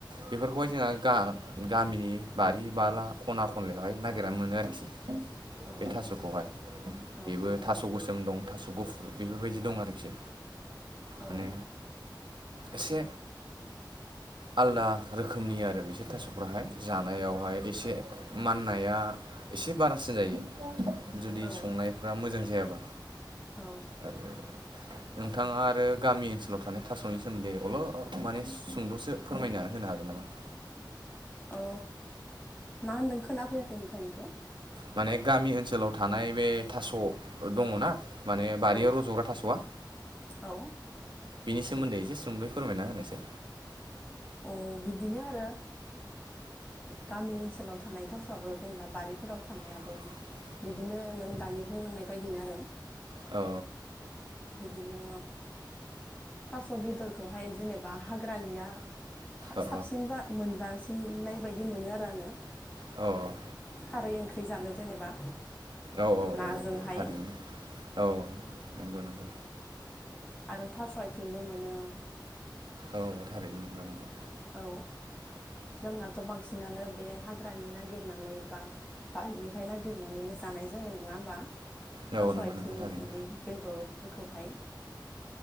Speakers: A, on the right; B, on the left.
A: बेफोरखौहाय जोंहा गा गामिनि बारि बाला खना खनलायावहाय नागिरना मोनो आरोखि।
B: औ
A: बे थास'खौहाय
B: औ
A: बेबो
B: नंगौ
A: थास' गोसोम दं थास' गुफुर बेफोरबायदि दं आरोखि माने
B: औ
A: एसे आलदा रोखोमनि आरो बिसोर थास' आहाय जानायावहाय एसे माननाया एसे बारासिन जायो। जुदि
B: औ
A: संनायफ्रा मोजां जायाबा
B: औ
A: आरो नोंथाङा आरो गामि ओनसोलाव थानाय थास'नि सोमोन्दै अल' माने सुंद'सो फोरमायनानै होनो हागोन नामा? <inaudible>
B: औ मा होनदों खोनाफैयाखै नोंथांनिखौ।
A: माने गामि ओनसोलाव थानाय बे थास' दङ ना माने बारियाव
B: औ
A: रज'ग्रा थास'आ
B: औ
A: बिनि सोमोन्दै एसे सुंदै फोरमायना होनायसै।
B: औ बिदिनो आरो गामि ओनसोलाव थानाय थास'आबो जेनेबा बारिफोराव थानाया
A: <inaudible>
B: बिदिनो नों दानि बुंलांनाय बायदिनो आरो।
A: औ
B: बिदिनो थास' बेदरखौहाय जेनेबा हाग्रानिया
A: औ
B: साबसिन जा मोनजासिननाय बायदि मोनो आरो आङो।
A: औ
B: खारै ओंख्रि जानो जेनेबा।
A: औ-औ-औ
B: नाजोंहाय
A: थारैनो औ नंगौ-नंगौ।
B: आरो थास' आथिंबो मोनो
A: औ-औ थारैनो नंगौ-नंगौ।
B: औ। जोंनाथ' बांसिनानो बे हाग्रानि नागिरनानै बा बारिनिफ्राय नागिरनानैनो जानाय जायो नङा होमबा।
A: औ
B: थास'
A: नंगौ
B: आइथिं
A: नंगौ थारैनो
B: बिदि बेदरफोरखौहाय